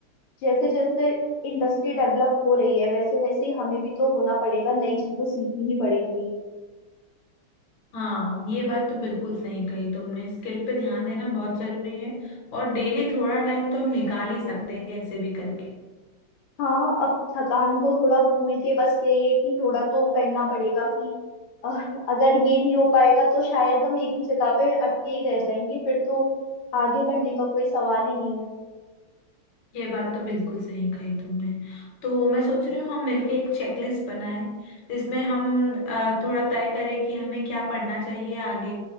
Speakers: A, on the left; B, on the left.
A: जैसे जैसे इंडस्ट्री डेवलप हो रही है वैसे वैसे ही हमें भी तो होना पड़ेगा नई चीजें सीखनी ही पड़ेंगी
B: हाँ ये बात तो बिल्कुल सही कही तुमने स्किल पे ध्यान देना बहुत जरूरी है और डेली थोड़ा टाइम तो हम निकाल ही सकते हैं कैसे भी करके
A: हाँ अब थकान को थोड़ा भूल के बस यही है कि थोड़ा तो करना पड़ेगा कि अह, अगर ये नहीं हो पाएगा तो शायद हम एक ही जगह पे अटके ही रह जाएंगे फिर तो आगे बढ़ने का कोई सवाल ही नहीं है
B: ये बात तो बिल्कुल सही कही तुमने तो मैं सोच रही हूँ हम मिलके एक चेकलिस्ट बनाएं जिसमें हम अ, थोड़ा तय करें कि हमें क्या पढ़ना चाहिए आगे